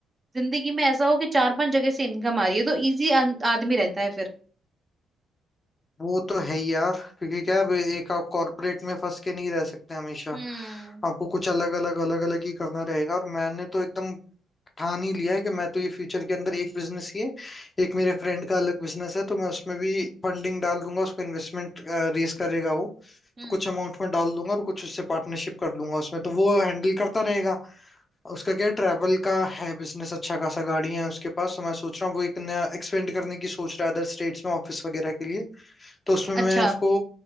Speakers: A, on the right; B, on the left.
A: जिंदगी में ऐसा हो कि चार पांच जगह से इनकम आ रही है तो इजी आदमी रहता है फिर
B: वो तो है ही यार क्योंकि क्या है, अब एक आप कॉर्पोरेट में फंस के नहीं रह सकते हमेशा
A: हम्म
B: आपको कुछ अलग अलग अलग अलग ही करना रहेगा और मैंने तो एकदम ठान ही लिया है कि मैं तो ये फ्यूचर के अंदर एक बिजनेस ही है एक मेरे फ्रेंड का अलग बिजनेस है तो मैं उसमें भी फंडिंग डाल दूंगा उसको इन्वेस्टमेंट रेस करेगा वो
A: हम्म
B: तो कुछ अमाउंट में डाल दूंगा और कुछ उससे पार्टनरशिप कर लूंगा उसमें तो वो हैंडल करता रहेगा उसका क्या ट्रैवल का है बिजनेस अच्छा खासा गाड़ी है उसके पास तो मैं सोच रहा हूँ वो एक नया एक्सपेंड करने की सोच रहा है अदर स्टेट्स में ऑफिस वगैरह के लिए तो उसमें
A: अच्छा
B: मैं उसको